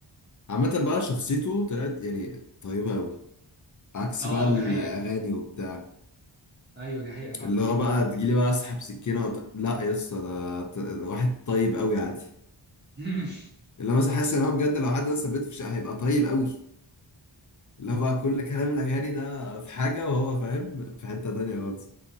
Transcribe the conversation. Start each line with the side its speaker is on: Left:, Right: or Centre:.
Left: عامة بقى شخصيته طلعت يعني طيبة أوي عكس
Right: اه
Left: بقى الأغاني
Right: دي حقيقه
Left: وبتاع
Right: ايوه دي حقيقه فعلا
Left: اللي هو بقى تجيلي بقى أسحب سكينة وبتاع لا يا اسطى ده ت- واحد طيب أوي عادي
Right: <laughs>
Left: اللي هو مثلا حاسس إن هو بجد لو حد مثلا بيته في شقة هيبقى طيب أوي اللي هو بقى كل كلام الأغاني ده في حاجة وهو فاهم في حتة تانية خالص